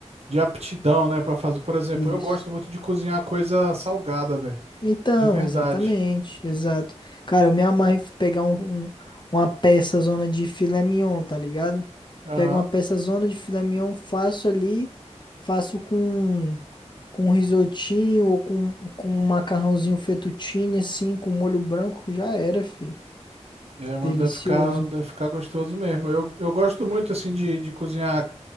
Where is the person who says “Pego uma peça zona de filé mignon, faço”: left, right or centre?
Left